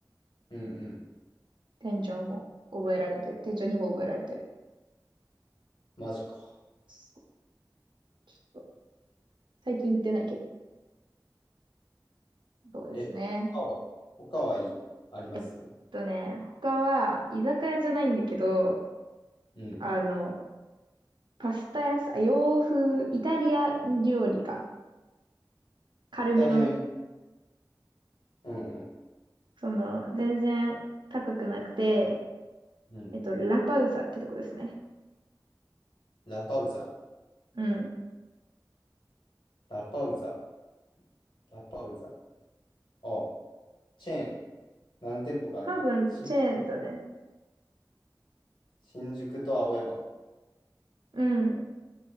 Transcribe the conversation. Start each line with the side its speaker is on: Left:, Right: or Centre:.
Left: うんうん。
Right: 店長も覚えられてる。店長にも覚えられてる。
Left: マジか。
Right: そう、ちょっと、最近行ってないけど、そうですね。
Left: え、他は、他はいい、あります
Right: えっとね、他は、居酒屋じゃないんだけど、
Left: うん。
Right: あの、パスタ屋さん、あ洋風、イタリア料理か。軽めのね。
Left: イタリアに、うんうん。
Right: その、全然高くなくて、
Left: うん。
Right: えっと、ラパウザってとこですね。
Left: ラパウザ。
Right: うん。
Left: ラパウザ。ラパウザ。あ、チェーン。何店舗かあるんや。
Right: 多分、
Left: し、
Right: チェーンだね。
Left: 新宿と青山。
Right: うん。